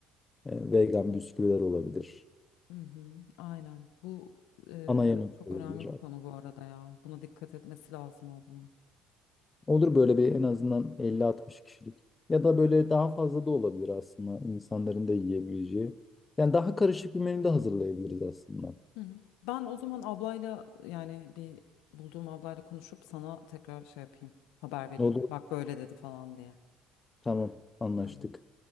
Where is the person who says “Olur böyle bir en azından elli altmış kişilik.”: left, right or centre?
Left